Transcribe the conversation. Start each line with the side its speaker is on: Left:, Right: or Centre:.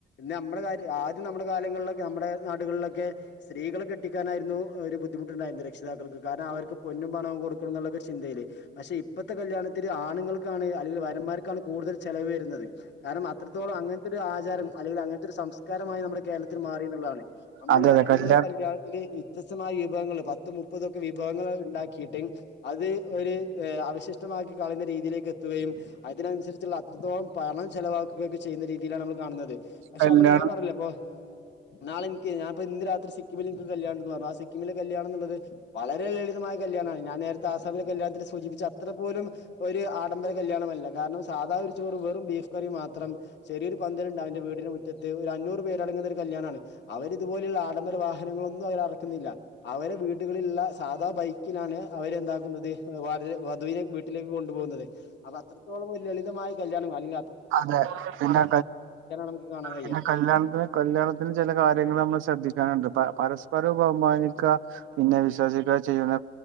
Left: ന്നെ അമ്മടെ കാര് ആരും നമ്മടെ കാലങ്ങളൊക്കെ അമ്മടെ നാടുകളിലൊക്കെ സ്ത്രീകള് കെട്ടിക്കാനായിരുന്നു ഒരു ബുദ്ധിമുട്ടുണ്ടായിരുന്ന ക്ഷിതാക്കൾക്ക് കാരണം അവർക്ക് പൊന്നും പണവും കൊടുക്കണം എന്നുള്ളൊക്കെ ചിന്തയിേല് പക്ഷെ ഇപ്പത്തെ കല്യാണത്തിന് ആണു ങ്ങൾക്കാണ്. ങ്കിൽ വരന്മാർക്കാണ് കൂടുതൽ ചെലവ് വരുന്നത് കാരണം അത്രത്തോളം അങ്ങന ഒരു ആചാരം അല്ലെങ്കിൽ അങ്ങനത്തെ ഒരു സംസ്കാരമായി നമ്മുടെ കേരളത്തിൽ മാറി എന്നുള്ളതാണ് നമ്മള്
Right: അതെ അതെ
Left: നമ്മള്
Right: കല്യാ
Left: കല്യാണത്തില് വ്യത്യസ്തമായ വിഭവങ്ങൾ. പത്ത് മുപ്പതൊക്കെ വിഭവങ്ങൾ ഉണ്ടാക്കിയിട്ടും. അത് ഒരു അവശിഷ്ടമാക്കി കളയുന്ന രീതിയിലേക്ക് എ കയും അതിനനുസരിച്ചുള്ള അത്രത്തോളം പണം ചെലവാക്കുകയൊക്കെ ചെയ്യുന്ന രീതിയിലാണ് നമ്മൾ കാണുന്നത്. പക്ഷെ
Right: കല്യാണം
Left: നമ്മള് ഞാൻ പറലേ ഇപ്പൊ നാളെനിക്ക് ഞാനിപ്പ ഇന്ന് രാത്രി സിക്കിമിൽ എനിക്ക് കല്യാണം പറഞ്ഞു ആ സിക്കിമിലികല്യാണം എന്നുള്ളത് വളരെ ലളിതമായ കല്യാണമാണ്. ഞാൻ നേരത്തെ ആസാമിലെ കല്യാണത്തിന് സൂചിപ്പിച്ചച്ച അത്ര പോലും ഒരു ആഡംബര കല്യാണമല്ല കാരണം സാധാ ഒരു ചോറ് വറും ബീഫ് റി മാത്രം ചെറിയരു പന്തലുണ്ട് അവന്റെ വീടിന്റെ മുറ്റത്ത് ഒരു അഞ്ഞൂറ് പേരടങ്ങുന്ന ഒരു കല്യാണാണ് അവർതുപോലെ ആഡംബര വാഹനങ്ങളൊന്നും അവരറക്കുന്നില്ല അവരെ വീട്ട വീട്ടുകളുള്ള സാധാ ബൈക്കിലാണ് അവര് എന്താക്കുന്നത് വളരെ വധുവിനെ വീട്ടിലേക്ക് കൊണ്ടുപോകുന്നത് അപ്പ അത്രത്തോളം ഒരു ലളിതമായ കല്യാണങ്ങൾ അല
Right: അതെ <unintelligible>
Left: നമുക്ക് കാണാൻ കഴിയ
Right: പിന്നെ കല്യാണത്തിന് കല്യാണത്തിന് ചില കാര്യങ്ങൾ നമ്മൾ ശ്രദ്ധിക്കാനുണ്ട്. പ പരസ്പരം ബഹുമാനിക്കുക. പിന്നെ വിശ്വസിക്കുക. ചെയ്യുന്ന